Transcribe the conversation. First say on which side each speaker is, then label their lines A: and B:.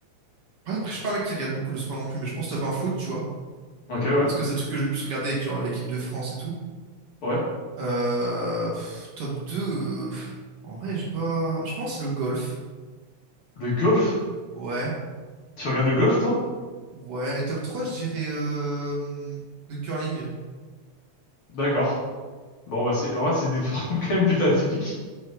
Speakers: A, on the right (about 55°); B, on the left (about 50°).
A: ouais, Après, je suis pas un mec qui regarde beaucoup le sport non plus, mais je pense top un foot, tu vois.
B: Ok, ouais,
A: Parce que c'est le truc que j'ai le plus regardé avec genre l'équipe de France et tout.
B: ouais.
A: Euh, pff, top deux euh, pff, en vrai, j'ai pas. Je pense le golf.
B: Le golf?
A: Ouais.
B: Tu regardes le golf, toi?
A: Ouais. Et top 3 je dirais euh, le curling.
B: D'accord. Bon, bah c'est, en vrai, c'est des formes <laughs> quand même plutôt atypiques.